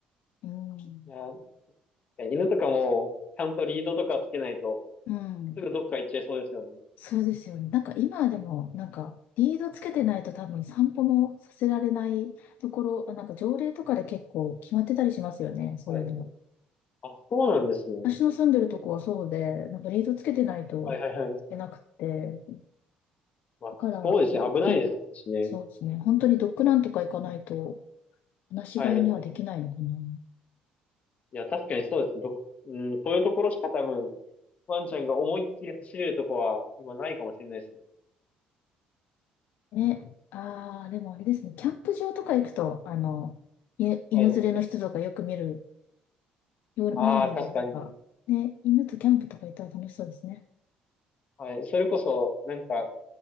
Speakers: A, on the left; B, on the left.
A: う。うん。
B: いや、犬とかも、ちゃんとリードとかつけないと、
A: うん。
B: すぐどっか行っちゃいそうですよね。
A: そうですよね。なんか今でも、なんか、リードつけてないと多分散歩もさせられないところ、なんか条例とかで結構決まってたりしますよね、そういうのも。
B: はい。あ、そうなんですね。
A: 私の住んでるとこはそうで、なんかリードつけてないといけなくて、
B: はいはいはい。まあ、
A: だから、
B: そうですね。
A: うん、
B: 危ないですしね。
A: そうですね、本当にドッグランとか行かないと、話し飼いにはできないのかな。
B: はい。いや、確かにそうです。ど、うん、そういうところしか多分、ワンちゃんが思いっきり走れるとこは今ないかもしれないですね。
A: ね、ああ、でもあれですね、キャンプ場とか行くと、あの、い犬連れの人とかよく見る
B: はい。
A: よ見るので、
B: ああ、確かに。
A: なんか、ね、犬とキャンプとか行ったら楽しそうですね。
B: はい。それこそ、なんか、